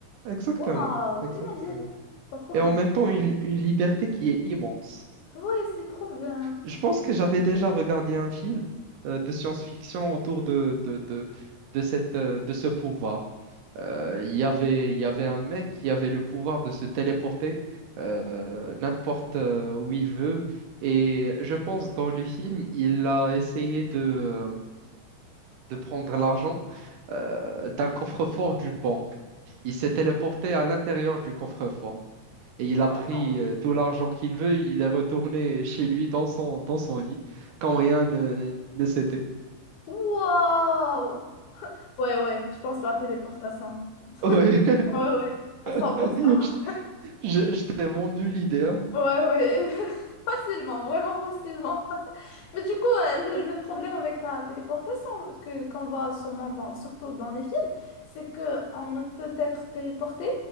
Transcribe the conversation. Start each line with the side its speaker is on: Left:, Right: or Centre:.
Right: Exactement,
Left: Waouh,
Right: exactement.
Left: imagine, c'est trop
Right: Et
Left: bien.
Right: en même temps, une, une liberté qui est immense.
Left: Ouais, c'est trop bien.
Right: Je pense que j'avais déjà regardé un film euh, de science-fiction autour de, de, de, de cette, euh, de ce pouvoir. Euh, Il y avait, il y avait un mec qui avait le pouvoir de se téléporter euh, n'importe euh, où il veut. Et je pense dans le film, il a essayé de, de prendre l'argent euh, d'un coffre-fort d'une banque. Il s'est téléporté à l'intérieur du coffre-fort. Et il a
Left: Waouh.
Right: pris euh, tout l'argent qu'il veut, il est retourné chez lui dans son, dans son lit, quand rien ne, ne s'était.
Left: Wow! Ouais, ouais, je pense la téléportation.
Right: Ouais.
Left: Ouais, ouais, à cent
Right: <laughs>
Left: pour cent
Right: Je, je- je t'ai vendu l'idée, hein.
Left: Ouais, ouais, <laughs> facilement, vraiment facilement. <laughs> Mais du coup, euh, le, le problème avec la téléportation que qu'on voit sûrement dans, surtout dans les films, c'est que on ne peut être téléporté